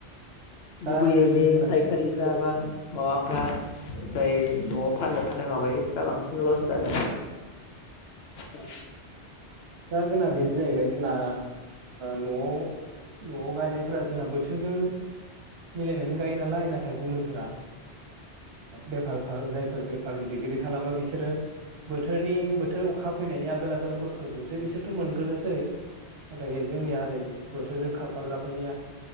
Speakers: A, on the right; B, on the left.
A: दा
B: गुबुब
A: बिदिनो
B: बे
A: होननांसिगोन
B: फायखारि बा माबाफ्रा जाय न'आव फाननो थाखाय माबायो बेफ्रा बांसिन लस जादों। औ।
A: दा जोंना बेनो जाहैबाय जोंना न'आव। न'आव गायनायफोरा जोंना बोथोरजों मिलायनानै गायो नालाय नाथाय गुबुनफोरा। बेफार जायफोर बेफार गिदिर गिदिर खालामो बिसोरो बोथोरनि बोथोर अखा फैनायनि आगोल आगोल <unintelligible> जुमसै बिसोरथ' मोनगोरनोसै नाथाय जोंनिया ओरै बोथोरजों खारफाग्राफोरनिया